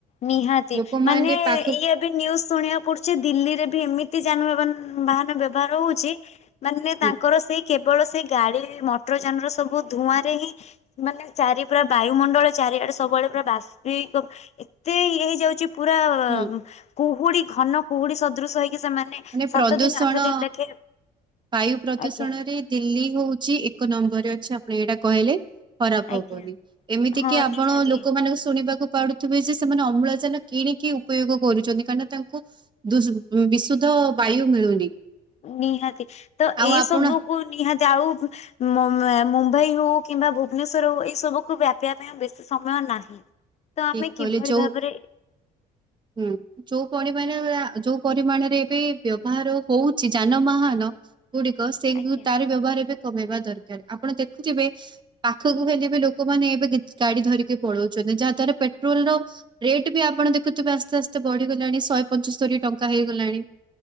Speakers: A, on the left; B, on the right.
A: ନିହାତି
B: ଲୋକମାନେ
A: ମାନେ
B: ପାଖ
A: ଇଏ ଏ ନିନ୍ୟୁଜ ଶୁଣକୁ ପଡୁଛି ଦିଲ୍ଲୀରେ ବି ଏମିତି ଯାନବାହାନ ବାହାନ ବ୍ୟବହାର ହଉଛି ମାନେ
B: ହୁଁ
A: ତାଙ୍କର ସେଇ କେବଳ ସେ ଗାଡି ମଟର ଯାନର ସବୁ ଧୂଆଁ ରେ ହିଁ ମାନେ ଚାରି ପୁରା ବାୟୁମଣ୍ଡଳ ଚାରିଆଡେ ସବୁବେଳେ ପୁରା ବାସିକ ଏତେ ଇଏ ହେଇଯାଉଛି ପୁରା
B: ହୁଁ
A: କୁହୁଡି ଘନ କୁହୁଡି ସଦୃଶ ହେଇକି ସେମାନେ
B: ମାନେ
A: ସାତ
B: ପ୍ରଦୂଷଣ
A: ଦିନ ଆଠ ଦିନ ଲେଖେ
B: ବାୟୁ ପ୍ରଦୂଷଣରେ
A: ଆଜ୍ଞା
B: ଦିଲ୍ଲୀ ହଉଛି ଏକ ନମ୍ବରରେ ଅଛି ଆପଣ ଏଇଟା କହିଲେ ଖରାପ
A: ଆଜ୍ଞା
B: ହବନି ଏମିତି
A: ହଁ
B: କି ଆପଣ
A: ନିହାତି
B: ଲୋକମାନାନଙ୍କୁ ଶୁଣିବାକୁ ପାଡୁ ଯେ ସେମାନେ ଅମ୍ଳଜାନ କିଣିକି ଉପଯୋଗ କରୁଛନ୍ତି କାହିଁକିନା ତାଙ୍କୁ ସୁଦ୍ଧା ବାୟୁ ମିଳୁନି
A: ନିହାତି ତ
B: ଆଉ
A: ଏଇ
B: ଆପଣ
A: ସବୁ କୁ ନିହାତି ଆଉ ମୁମ୍ବାଇ ହଉ କିମ୍ବା ଭୁବନେଶ୍ଵର ହଉ ଏଇ ସବୁକୁୁ ବ୍ୟାପିବା ପାଇଁ ବେଶୀ ସମୟ ନାହିଁ ତ ଆମେ
B: ଠିକ କହିଲେ
A: କିଭଳି
B: ଯୋଉ
A: ଭାବରେ
B: ହୁଁ ଯୋଉ ପରିମାଣ ଯୋଉ ପରିମାଣରେ ଏବେ ବ୍ୟବହାର ହଉଛି ଯାନବାହାନ ଗୁଡିକ ସେଇ
A: ଆଜ୍ଞା
B: ତାର ବ୍ୟବହାର ଏବେ କମେଇବା ଦରକାର ଆପଣ ଦେଖୁଥିବେ ପାଖକୁ ହେଲେ ବି ଲୋକମାନେ ଏବେ ଗାଡି ଧରିକି ପଳଉଛନ୍ତି ଯାହା ଦ୍ଵାରା ପେଟ୍ରୋଲ ର ରେଟ୍ ବି ଆପଣ ଦେଖୁ ଆସ୍ତେ ଆସ୍ତେ ବଢିଗଲାଣି ଶହେ ପଞ୍ଚସ୍ତରୀ ଟଙ୍କା ହେଇଗଲାଣି